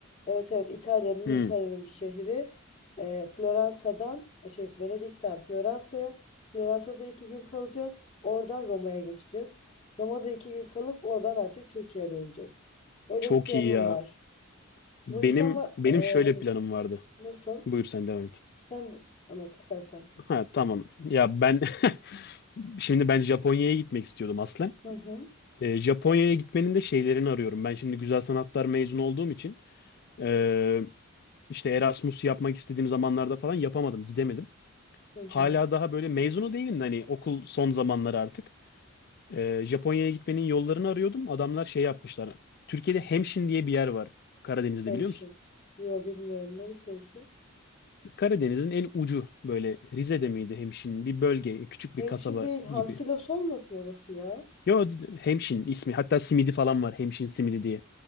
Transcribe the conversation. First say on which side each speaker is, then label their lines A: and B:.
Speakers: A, on the left; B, on the left.
A: evet evet İtalya'nın yine
B: Hmm,
A: İtalya'nın bir şehri. Ee, Floransa'dan şey Venedik'ten Floransa'ya Floransa'da iki gün kalacağız. Oradan Roma'ya geçeceğiz. Roma'da iki gün kalıp oradan artık Türkiye'ye döneceğiz. Öyle
B: çok
A: bir planım
B: iyi ya.
A: var.
B: Benim
A: Bu işte ama
B: benim
A: e,
B: şöyle
A: hani
B: planım vardı.
A: nasıl?
B: Buyur sen devam et.
A: Sen de anlat istersen.
B: Ha tamam. Ya ben <laughs> şimdi ben Japonya'ya gitmek istiyordum aslen.
A: Hı hı.
B: Ee, Japonya'ya gitmenin de şeylerini arıyorum. Ben şimdi güzel sanatlar mezunu olduğum için ee, işte Erasmus yapmak istediğim zamanlarda falan yapamadım, gidemedim.
A: Hı hı.
B: Hala daha böyle mezunu değilim de hani okul son zamanları artık. Ee, Japonya'ya gitmenin yollarını arıyordum. Adamlar şey yapmışlar. Türkiye'de Hemşin diye bir yer var Karadeniz'de
A: Hemşin.
B: biliyor musun?
A: Yo bilmiyorum ne sorusu.
B: Karadeniz'in en ucu böyle Rize'de miydi Hemşin? Bir bölge, küçük
A: Hemşin
B: bir kasaba
A: değil Hamsilos
B: gibi.
A: olmasın orası ya.
B: Yo Hemşin ismi. Hatta simidi falan var. Hemşin simidi diye.